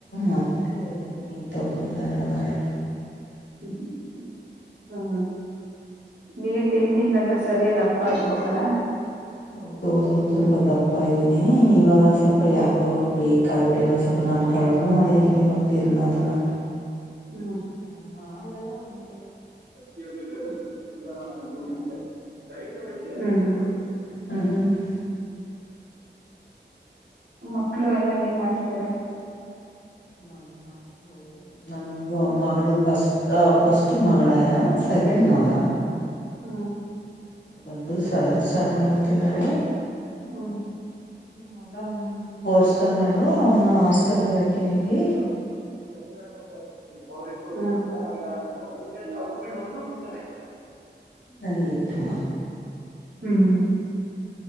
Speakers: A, on the left; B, on the right.
A: ಮತ್ತೆ. ನೀನ್ ತಗೊಂದ ಬಂದರ ಓಮರಾಯ್ಯ ಯವರು.
B: <inaudible> ನೀರ್ ತಿಂದ ತಿಂದ ಅಂಗ ಸರಿಯಾದ ದಪ್ಪ ಇರ್ಬೇಕಲ್ಲಾ.
A: ಹೌದೌದು ತುಂಬಾ ದಪ್ಪ ಇದ್ದೀನಿ ಇವಾಗ ಒಂದ್ ಸ್ವಲ್ಪ
B: ಹ್ಮ್
A: ಯಾಕೊ ಬೇಜಾರ. ವೀಕ್ ಬಿಟ್ಟೀನಿ ಸ್ವಲ್ಪ ನಾನು ಕಡಿಮ ಮಾಡಿದ್ದೀನಿ ಇವಾಗ ತಿನ್ನೋದನ ಅದನ್ನು.
B: ಹ್ಮ್.
A: ಅ ಮಾಡಿದಾಗ ಒಂದ ಏನೋ.
B: <inaudible>
A: ಬಿಟ್ಟು ಜಾಸ್ತಿ ತಿನ್ನಲ್ಲ ಹ್ಮ್.
B: ಮಕ್ಳು ಎಲ್ಲಾ ಏನ್ ಮಾಡ್ತಿದಾರ.
A: ನನ್ನ ಮ ನನ್ಗೆ ಮಗಳು ಫಸ್ಟ್ ಫಸ್ಟ್. ಫಸ್ಟ್ ಮಗಳಯ
B: ಹ್ಮ್
A: ಸೆಕೆಂಡ್ ಮಗ.
B: ಹ್ಮ್.
A: ಒಂದು ಸೆವೆನ್ ಸ್ಟ್ಯಾಂಡರ್ಡ್ ಹೊತಿದ್ದಾಳೆ.
B: ಹ್ಮ್ ಹ್ಮ್
A: ಮಗ ಫೋರ್ಥ್ ಸ್ಟ್ಯಾಂಡರ್ಡ್ ಅವನ ಹಾಸ್ಟೆಲ್ಗೆ ಹಾಕಿದೀವಿ.
B: <inaudible> ಹ್ಮ್ <unintelligible>
A: ನಂಗೆ ಇಬ್ರೂ ಮಕ್ಳ.
B: ಹ್ಮ.